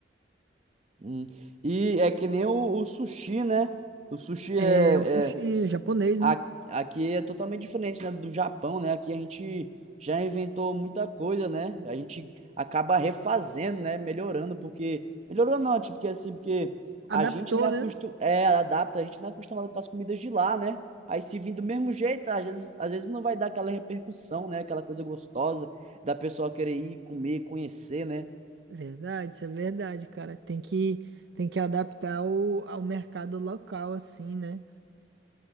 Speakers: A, on the right (about 35°); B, on the right (about 70°).
A: hum. E é que nem o, o sushi, né? O sushi
B: É,
A: é,
B: o sushi
A: é
B: é japonês,
A: a-
B: né?
A: aqui é totalmente diferente, né, do Japão, né? Aqui a gente já inventou muita coisa, né? A gente acaba refazendo, né? Melhorando, porque. Melhorando não, tipo, porque assim, porque
B: Adaptou,
A: a gente não é,
B: né?
A: acostu... é adapta, a gente não é acostumado com as comidas de lá, né? Aí se vir do mesmo jeito, às vezes, às vezes não vai dar aquela repercussão, né? Aquela coisa gostosa da pessoa querer ir comer, conhecer, né?
B: Verdade, isso é verdade, cara. Tem que, tem que adaptar o, ao mercado local, assim, né?